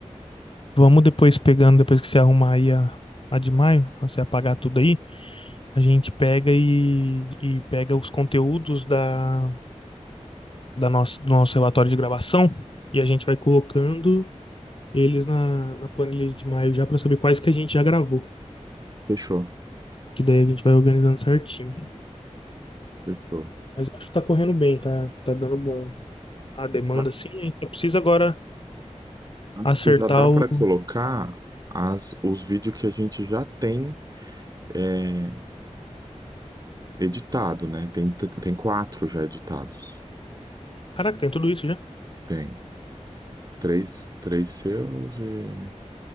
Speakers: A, on the left (about 45°); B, on the right (about 30°).
A: vamos depois pegando, depois que você arrumar aí a, a de maio, você apagar tudo aí. A gente pega e, e pega os conteúdos da, da nossa, do nosso relatório de gravação e a gente vai colocando eles na, na planilha de maio já para saber quais que a gente já gravou.
B: fechou,
A: Que daí a gente vai organizando certinho.
B: fechou.
A: Mas eu acho que tá correndo bem, tá, tá dando bom a demanda,
B: A-
A: assim. A gente só precisa agora
B: Acho
A: acertar
B: que já dá
A: o.
B: para colocar as, os vídeos que a gente já tem é, editado, né? Tem, t- tem quatro já editados.
A: Caraca, tem tudo isso já?
B: Tem três, três seus e